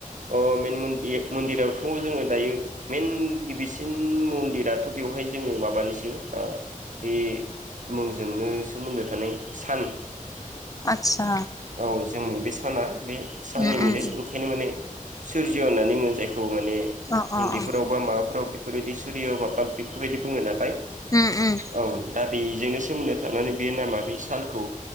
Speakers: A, on the right (about 65°); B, on the left (about 25°).
A: अ मेन मन्दि-मन्दिरावथ' जोङो दायो मेन गिबिसिन मन्दिराथ' बेवहाय जोङो माबानिसो ओ बे मुंजोंनो सोमोन्दो थानाय सान
B: आतसा
A: औ जोंनि बे साना बे साननि
B: उम
A: मोदै
B: उम
A: ओंखायनो माने सुर्ज्य होननानै बुङो जायखौ माने
B: अ
A: हिन्दीफोराव
B: अ अ
A: बा माबाफोराव बेफोरबायदि सुरिय माबा बेफोरबायदि बुङो नालाय
B: उम उम
A: औ दा बे बेजोंनो सोमोन्दो थानानै बे नामा बे सानखौ